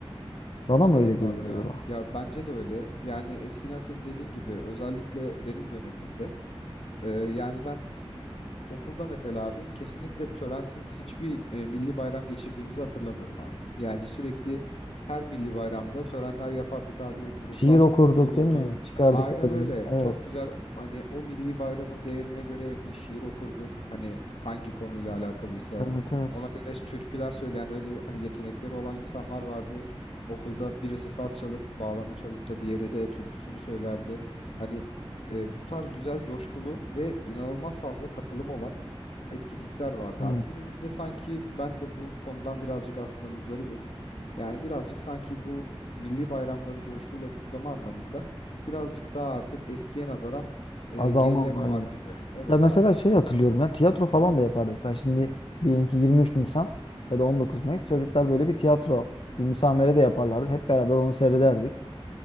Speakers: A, on the left; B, on the left.
A: Bana mı
B: Evet
A: öyle geliyor
B: abi ya.
A: acaba?
B: Ya bence de öyle. Yani eskiden senin dediğin gibi özellikle benim dönemimde e, yani ben Okulda mesela abi kesinlikle törensiz hiçbir e, milli bayram geçirdiğimizi hatırlamıyorum abi. Yani sürekli her milli bayramda törenler yapardık abi, gruplar
A: Şiir okurduk
B: kurulurdu.
A: değil mi? Çıkardık
B: Aynen
A: böyle.
B: öyle.
A: Evet.
B: Çok güzel hani o milli bayramın değerine göre bir şiir okurduk. Hani hangi konuyla alakalıysa
A: Evet evet.
B: ona göre türküler söyleyen öyle hani yetenekleri olan insanlar vardı. Okulda birisi saz çalıp bağlama çalıp da diğeri de türküsünü söylerdi. Hani e, bu tarz güzel, coşkulu ve inanılmaz fazla katılım olan etkinlikler vardı
A: Evet.
B: abi. Günümüzde sanki ben de bu konudan birazcık aslında müzdaribim. Yani birazcık sanki bu milli bayramları coşkuyla kutlama anlamında birazcık daha artık eskiye nazaran e,
A: Azalma
B: gerileme
A: var
B: var
A: gibi.
B: gibi. Evet
A: Ya mesela
B: abi.
A: şey hatırlıyorum ya tiyatro falan da yapardık. Ben şimdi diyelim ki 23 Nisan ya da 19 Mayıs çocuklar böyle bir tiyatro, bir müsamere de yaparlardı. Hep beraber onu seyrederdik.